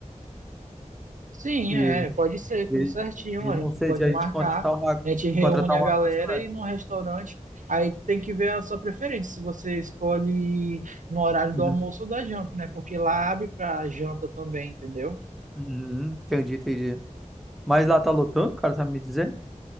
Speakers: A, on the right; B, in the centre.
A: Sim,
B: De,
A: é,
B: de,
A: pode ser, tudo
B: de,
A: certinho.
B: de
A: A
B: não
A: gente
B: sei,
A: pode
B: de a
A: marcar,
B: gente contratar uma,
A: a gente reúne
B: de contratar
A: a
B: uma
A: galera
B: coisa. né?
A: e no restaurante. Aí tem que ver a sua preferência, se você escolhe no horário do
B: Uhum,
A: almoço ou da janta, né? Porque lá abre pra janta também, entendeu?
B: uhum, entendi, entendi. Mas lá tá lotando, cara, sabe me dizer?